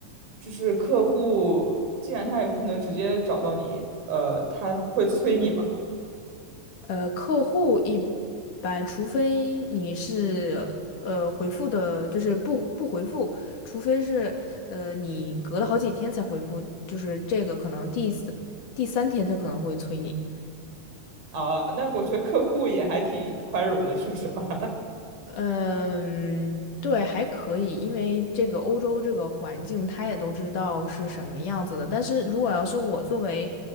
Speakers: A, on the right; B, on the left.
A: 就是客户既然他也不能直接找到你，呃，他会催你吗？
B: 呃客户一般，除非你是呃回复的，就是不不回复，除非是呃你隔了好几天才回复，就是这个可能第四第三天他可能会催你。
A: 啊，那我觉得客户也还挺宽容的，说实话。
B: 嗯，对，还可以，因为这个欧洲这个环境，他也都知道是什么样子的。但是如果要是我作为